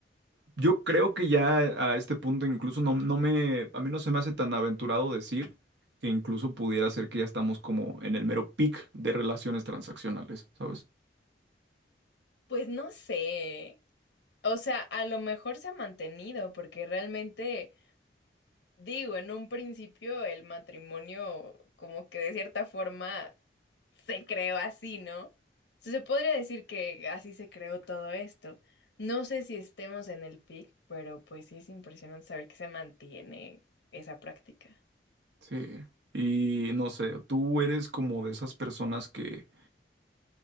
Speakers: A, on the right; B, on the left.
A: Yo creo que ya eh, a este punto incluso no, no me, a mí no se me hace tan aventurado decir que incluso pudiera ser que ya estamos como en el mero peak de relaciones transaccionales, ¿sabes?
B: Pues no sé. O sea, a lo mejor se ha mantenido, porque realmente, digo, en un principio el matrimonio como que de cierta forma se creó así, ¿no? Se podría decir que así se creó todo esto. No sé si estemos en el pic, pero pues sí es impresionante saber que se mantiene esa práctica.
A: Sí. Y no sé, tú eres como de esas personas que